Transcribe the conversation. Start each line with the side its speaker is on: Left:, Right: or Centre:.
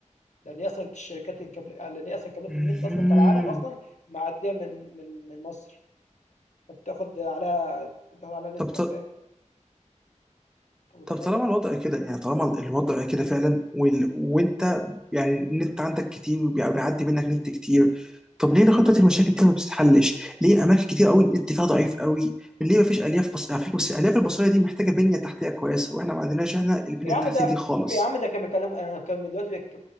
Left: لان هي اصلا شركات الكابل آه، لان هي اصلا كابلات
Centre: مهم.
Left: النت اصلا بتاع العالم اصلا معديه من من من مصر فبتاخد عليها بتاخد عليها نسبه
Centre: طب
Left: فاهم انت متخيل
Centre: طب طالما الوضع كده يعني طالما الوضع كده فعلا وال... وانت يعني النت عندك كتير وبي- وبيعدي منك نت كتير طب ليه خطة المشاكل دي ما بتتحلش؟ ليه اماكن كتير قوي النت فيها ضعيف قوي؟ ليه ما فيش الياف بص... على فكرة بس الالياف البصرية دي محتاجة بنية تحتية كويسة واحنا ما عندناش احنا البنية
Left: يا
Centre: التحتية
Left: عم ده
Centre: دي خالص.
Left: يا عم ده كان بيكلم انا كان دلوقتي بك...